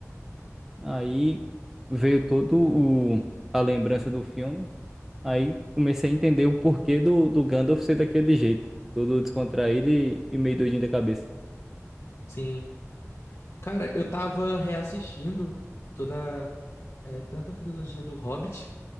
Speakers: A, in the centre; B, on the left.
A: Aí veio todo o, a lembrança do filme. Aí comecei a entender o porquê do, do Gandalf ser daquele jeito. Todo descontraído e, e meio doidinho da cabeça.
B: sim. Cara, eu tava reassistindo toda, é, tanto a trilogia do Hobbit